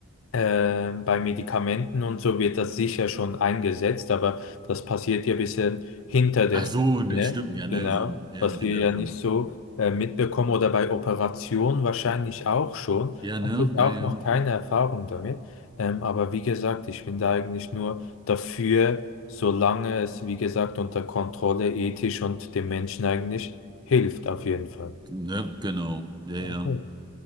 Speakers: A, on the left; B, on the right.
A: äh, bei Medikamenten und so wird das sicher schon eingesetzt, aber das passiert ja ein bisschen hinter der
B: Ach
A: Szene,
B: so, das stimmt, ja, ne,
A: genau,
B: so ja,
A: was
B: im
A: wir
B: Hintergrund.
A: ja nicht so äh, mitbekommen oder bei Operationen wahrscheinlich auch schon.
B: Ja, ne,
A: Habe ich auch
B: ja, ja.
A: noch keine Erfahrung damit. Ähm, aber wie gesagt, ich bin da eigentlich nur dafür, solange es, wie gesagt, unter Kontrolle ethisch und dem Menschen eigentlich hilft, auf jeden Fall.
B: ne, genau, ja,
A: Okay.
B: ja.